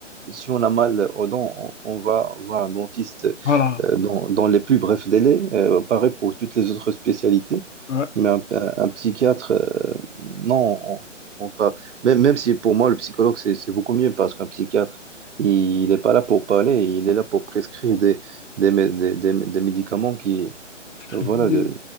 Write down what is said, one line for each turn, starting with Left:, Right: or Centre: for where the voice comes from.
Right: si on a mal aux dents, on, on va voir un dentiste
Left: Voilà.
Right: euh, dans, dans les plus brefs délais. Euh, pareil pour toutes les autres spécialités.
Left: Ouais,
Right: Mais un, un- un psychiatre, euh, non, on, on pas. Même, même si pour moi, le psychologue, c'est, c'est beaucoup mieux parce qu'un psychiatre, il n'est pas là pour parler, il est là pour prescrire des, des, mé- des, des- des médicaments
Left: ce
Right: donc
Left: que
Right: Voilà,
Left: je disais,
Right: de,